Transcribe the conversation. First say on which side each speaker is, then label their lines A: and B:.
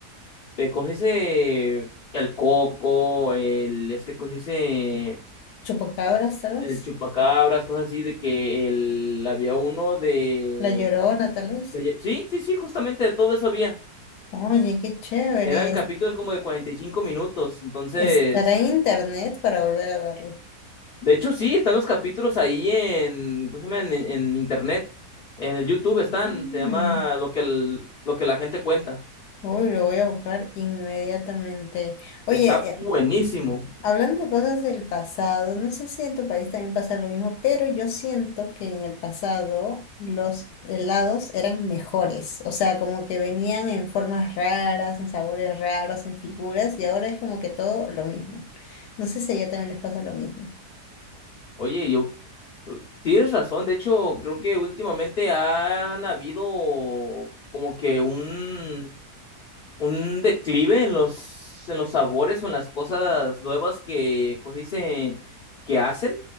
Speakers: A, on the left; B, on the left.
A: de ¿cómo se dice? El coco, el, este, ¿cómo se dice?
B: chupacabras, tal
A: El
B: vez.
A: chupacabras, cosas así, de que el, había uno de,
B: La Llorona, tal vez.
A: de- Sí, sí, sí, justamente de todo eso había.
B: Oye, qué chévere.
A: Eran capítulos como de 45 minutos, entonces...
B: Estará en internet para volver a verlo.
A: De hecho, sí, están los capítulos ahí en, ¿cómo se llama? En, en internet, en el YouTube están,
B: Mm,
A: se llama lo que, el- lo que la gente cuenta.
B: Uy, lo voy a buscar inmediatamente. Oye,
A: Está
B: eh,
A: buenísimo.
B: hablando de cosas del pasado, no sé si en tu país también pasa lo mismo, pero yo siento que en el pasado los helados eran mejores. O sea, como que venían en formas raras, en sabores raros, en figuras, y ahora es como que todo lo mismo. No sé si a ella también les pasa lo mismo.
A: Oye, yo tienes razón. De hecho, creo que últimamente han habido como que un, un declive en los, en los sabores o en las cosas nuevas que, ¿cómo se dice? que hacen.